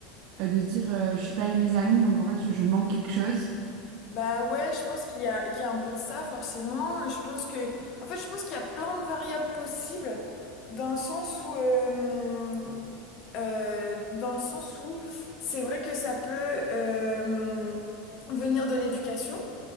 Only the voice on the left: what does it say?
Bah ouais, je pense qu'il y a, qu'il y a un peu de ça, forcément. Je pense que, en fait, je pense qu'il y a plein de variables possibles dans le sens où, euh, euh, dans le sens où c'est vrai que ça peut, euh, venir de l'éducation.